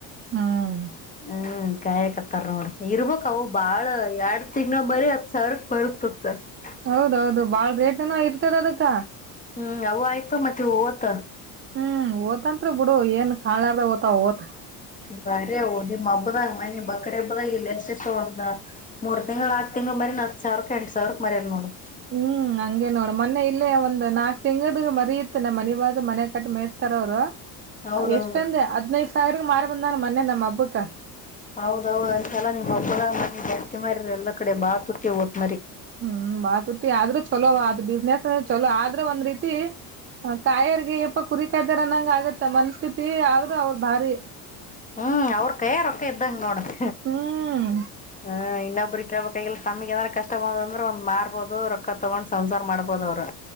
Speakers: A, on the right; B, on the left.
A: ಹ್ಮ್
B: ಹ್ಮ ಕಾಯಕರ್ತಾರೋ ನೋಡ್ ಇರ್ ಹೌ ಬಾಳ ಎಡ್ ತಿಗ್ಲಾ ಬರೀ ಹತ್ ಸಾವಿರ ಕ್ ಬರದ್ ಬರ್ತತರ್ <inaudible>
A: ಹೌದೌದು ಬಾಳ್ ರೇಟ್ ಏನ ಇರ್ತದ ಅದಕ್ಕ
B: ಹ್ಮ್ ಅವು ಆಯ್ತು ಮತ್ತೆ ಹೋತ
A: ಹ್ಮ್ ಓತಂತ್ರಿ ಬಿಡು ಏನ್ ಕಾಳಾರ ಓ್ತ ಓತ್
B: ಬರ ದ <unintelligible> ಮಬ್ಬದ ಬಕ್ಕರೆ ಇಲ್ಲ ೊ ಮೂರು ತಿಂಗಳು ಆರು ತಿಂಗಳು ಮರಿ ಹತ್ ಸಾವಿರಕ್ ಎಂಟು ಸಾವಿರಕ್ ಮರ ನೋಡಿ
A: ಹ್ಮ್ ಹಂಗಗೆ ನೋಡು ಮೊೆನ್ನೇ ಇಲ್ಲೇ ಒಂದು ನಾಕ್ ತಿಂಗದ ಮರಿ ಇತ್ತ ನಮ್ ಮನ ಬಾಜು ಮನೆ ಕಟ್ಟ ಮೇಯಸ್ತಾರ ಅವ್ರು
B: ಹೌದೌದು
A: ಎಷ್ಟಂದ್ ಹದ್ನೈದು ಸಾವಿರ ಮಾರ್ ಬಂದಾನು ಮೊೆನ್ನೇ ನಮ್ಮ ಹಬುಕ್ಕ
B: ಹೌದೌದ್ ಅಂತಲ್ಲ ನಿಮ್ ಹಬ್ಬರ ಜಸ್ತಿ ಮಾಡ್ರಿ ಎಲ್ಲಾ ಕಡೆ ಬಾಳ ತುಟ್ಟಿ ಓದತ್ ಮರಿ
A: ಹ್ಮ್ ಬಾತ್ುಟ್ಟಿ ಆದ್ರೂ ಚಲೋ ಅದು ಬಿಸ್ನೆಸ್ ಚಲೋ ಆದ್ರೆ ಒಂದ್ ರೀತಿ ಕಾಯರ್ಗೆ ಯಪ್ಪ ಕುರಿಕಾಯ್ದಾರ ಅನ್ನಂಗ ಆಗತ್ತ ಮನಸ್ಥಿತಿ ಆದ್ರೂ ಅವ್ರ ಭಾರಿ
B: ಹ್ಮ್ ಅವ್ರ ಕೈಯ ರೊಕ್ಕ ಇದ್ದಂಗ ನೋಡಕ್
A: ಹ್ಮ್
B: ಹ ಇನ್ನೊಬ್ರ ಕೈ ತಮಗೆ ಅಏಂದ್ರ ಕಷ್ಟ ಬಂದ ಅಂದ್ರ ಒಂದ್ ಮಾರ್ಬೋದು ರೊಕ್ಕ ತಗೊಂಡ್ ಸಂಸಾರ ಮಾಡಬೋದು ಅವರು